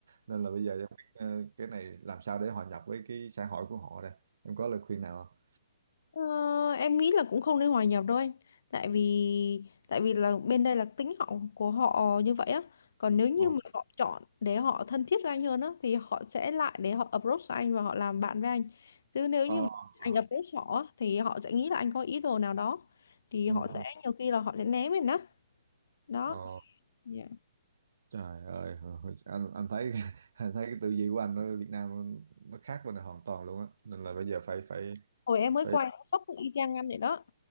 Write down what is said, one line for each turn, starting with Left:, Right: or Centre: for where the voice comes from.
Right: nên là bây giờ em biết ờ, cái này làm sao để hòa nhập với cái xã hội của họ đây em có lời khuyên nào không?
Left: Ờ, em nghĩ là cũng không nên hòa nhập đâu anh tại vì tại vì là bên đây là tính họ của họ như vậy á còn nếu như
Right: Ờ.
Left: mà họ chọn để họ thân thiết với anh hơn á thì họ sẽ lại để họ approach anh và họ làm bạn với anh chứ nếu
Right: Ờ.
Left: như mà
Right: ờ,
Left: anh approach họ á, thì họ sẽ nghĩ là anh có ý đồ nào đó thì
Right: ừ,
Left: họ
Right: ừ.
Left: sẽ nhiều khi là họ sẽ né mình á đó
Right: Ờ.
Left: Dạ.
Right: Trời ơi, hồi- hồi- anh anh thấy <laughs> anh thấy cái tư duy của anh ở Việt Nam nó nó khác bên này hoàn toàn luôn á, nên là bây giờ phải phải
Left: hồi em mới
Right: phải
Left: qua em cũng sốc y chang anh vậy đó